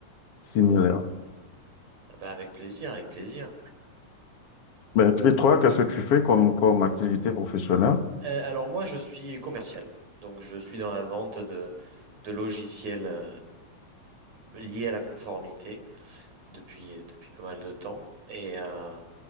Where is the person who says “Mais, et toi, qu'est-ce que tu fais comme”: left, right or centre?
Left